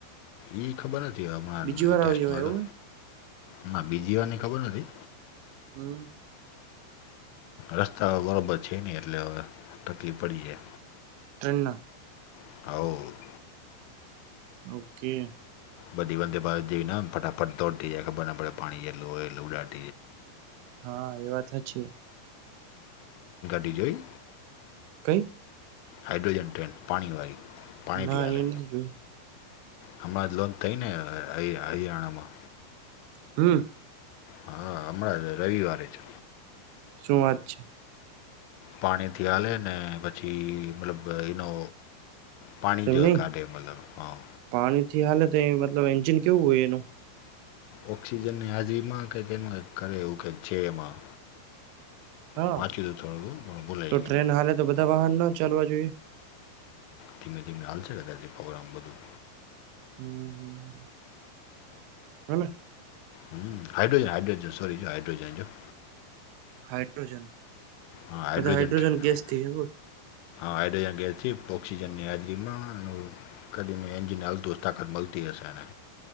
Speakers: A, on the left; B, on the right.
A: એ ખબર નથી, હમણાં
B: બીજી
A: લેટેસ્ટમાં
B: વાર આવ્યો એવું
A: તો હ, બીજી વારની ખબર નથી.
B: હમ.
A: રસ્તા બરાબર છે નહીં, એટલે હવે તકલીફ પડી જાય.
B: ટ્રેન.
A: <unintelligible>
B: ઓકે.
A: બધી વંદે ભારત જઈને ફટાફટ દોડે જાય, ખબર ના પડે, પાણી જેટલું હો એ ઉડે.
B: હા, એ વાત છે.
A: બડી જોઈ.
B: કંઈ?
A: હાડ્રોજન, ટ્રેન પાણીવાળી. પાણીથી
B: ના,
A: હાલે
B: એ નથી જોઈ.
A: હમણાં લોન થઈ ને, હરિયાણામાં
B: હમ.
A: હા, હમણાં જ રવિવારે છે.
B: શું વાત છે.
A: પાણીથી હલે ને, પછી મતલબ એનો. પાણી
B: તેમ
A: જો
B: નહી
A: ગાડે, મતલબ, હા.
B: પાણી થી હાલે તો મતલબ, એન્જિન કેવું હોય એનું?
A: ઑક્સિજનની હાજરીમાં, કંક એનું કંક કરે એવું કક છે એમાં.
B: હા,
A: વાંચ્યું હતું થોડું પણ ભૂલાઈ
B: તો
A: ગયું
B: ટ્રેન હાલે તો બધા વાહનના ચાલવા જોઈએ.
A: ધીમે ધીમે હાલશે કદાચથી પ્રોગ્રામ બધું.
B: હમ હમ. હમે.
A: હમ હાડ્રોજન હાડ્રોજન સોરી જો હઇડ્રોજન જો.
B: હાઇડ્રોજન.
A: હા હાઇડ્રોજન
B: બધા
A: ટ્રેન હા
B: ગેસ થી હ
A: હાઇડ્રોજન ગચી ઓઑક્સિજનની હાજરીમાં એનું કરીને એન્જિન હાલતું તાકાત મળતી હશે એને.